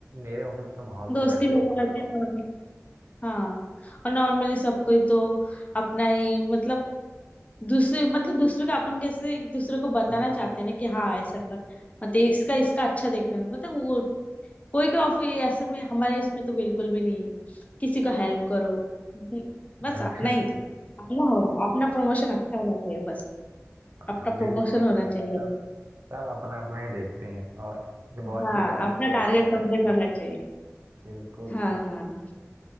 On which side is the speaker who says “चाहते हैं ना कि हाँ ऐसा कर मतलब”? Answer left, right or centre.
Left